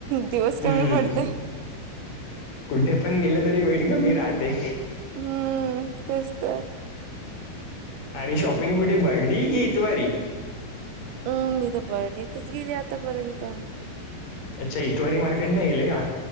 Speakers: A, on the right; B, on the left.
A: दिवस
B: हम्म
A: कमी पडतय
B: कुठे पण गेले तरी वेळ कमी राहते
A: हम्म तेच तर आहे
B: आणि शॉपिंग कुठे बर्डी की इतवारी
A: अम मी तर बर्डेतच गेली आतापर्यंत
B: अच्छा इतवारी मार्केट नाही गेले का